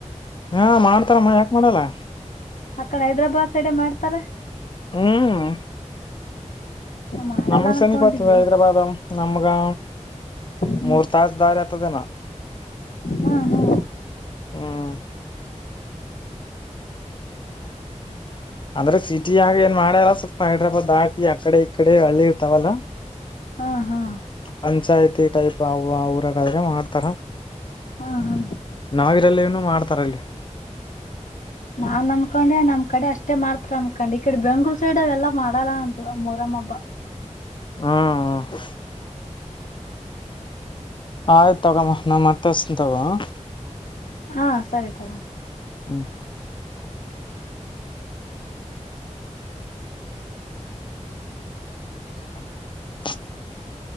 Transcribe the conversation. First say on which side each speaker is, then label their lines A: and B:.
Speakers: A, on the left (about 40°); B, on the left (about 85°).
A: ಹಾ ಮಾಡ್ತಾರಮ್ಮ ಯಾಕ್ ಮಾಡಲ್ಲಾ
B: ಆ ಕಡೆ ಹೈದ್ರಾಬಾದ್ ಸೈಡ ಮಾಡ್ತಾರ
A: ಹ್ಮ್
B: ಮಾಡಲ್ಲ
A: ನಮಗ ಸಮಿಪ
B: ಅನ್ಕೊಂಡಿದ್ವಿ
A: ಆಗತದ ಹೈದ್ರಾಬಾದ್ ನಮಗ
B: ಹ್ಮ್
A: ಮೂರ್ ತಾಸ ದಾರಿ ಆತದೇನೋ
B: ಹಾ ಹಾ
A: ಹ್ಮ್ ಅಂದ್ರೆ ಸಿಟಿಯಾಗಿ ಏನ್ ಮಾಡ್ಯಾರ ಸ್ವಲ್ಪ ಹೈದ್ರಾಬಾದ್ ದಾಟಿ ಆಕಡೆ ಕಡೆ ಹಳ್ಳಿ ಇರತಾವಲ್ಲ
B: ಹಾ ಹಾ
A: ಪಂಚಾಯ್ತಿ ಟೈಪ್ ಅವ ಊರಾಗಾದ್ರೆ ಮಾಡ್ತಾರ
B: ಹಾ ಹಾ
A: ನಾವ್ರಲ್ಲಲ್ಲಿ ಮಾಡ್ತಾರಲ್ಲಿ
B: ನಾನ್ ಅನ್ಕೊಂಡೆ ನಮ್ ಕಡೆ ಅಷ್ಟೇ ಮಾಡ್ತರ ಅನ್ಕೊಂಡ್ ಈ ಕಡೆ ಬೆಂಗ್ಳೂರ್ ಸೈಡ್ ಅವ ಎಲ್ಲ ಮಾಡಲ್ಲ ಅಂತ ಅ ಮೊಹರಮ್ ಹಬ್ಬಾ
A: ಹ್ಮ್ ಹ ಆಯ್ತತ್ ತಗೋಮ್ಮ ನಾ ಮತ್ತ ಹಸ್ತ ನ ತಗೋ ಮ್ಮ
B: ಹಾ ಸರಿ ತೋ
A: ಹ್ಮ್ <unintelligible>